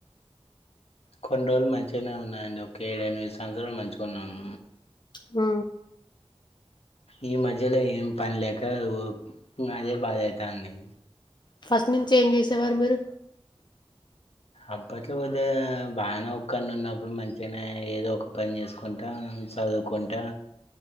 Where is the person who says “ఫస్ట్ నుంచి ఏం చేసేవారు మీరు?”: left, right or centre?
Left